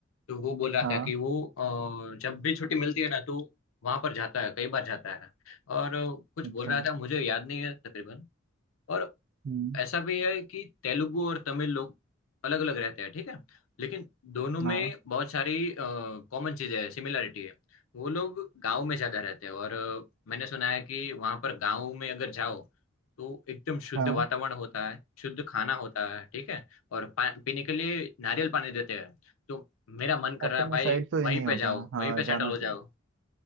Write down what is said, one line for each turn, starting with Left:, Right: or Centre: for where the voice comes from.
Left: तो वो बोल रहा
Right: हाँ
Left: था कि वो अ, जब भी छुट्टी मिलती है ना तो वहां पर जाता है कई बार जाता है और अ, कुछ
Right: अच्छा
Left: बोल रहा था मुझे याद नहीं है तकरीबन और
Right: हम्म
Left: ऐसा भी है कि तेलुगु और तमिल लोग अलग अलग रहते हैं ठीक है लेकिन दोनों में
Right: हाँ
Left: बहुत सारी कॉमन चीजें हैं सिमिलरिटी है वो लोग गांव में ज्यादा रहते हैं और अ, मैंने सुना है कि वहां पर गांव में अगर जाओ तो एकदम शुद्ध
Right: हाँ
Left: वातावरण होता है शुद्ध खाना होता है ठीक है और पा, पीने के लिए नारियल पानी देते हैं तो मेरा मन कर
Right: अपने
Left: रहा है भाई
Right: साइड तो
Left: वहीं
Right: ये नहीं होता
Left: पे जाओ
Right: है। हाँ
Left: वहीं पे
Right: जाना
Left: सेटल हो
Right: चाहिए
Left: जाओ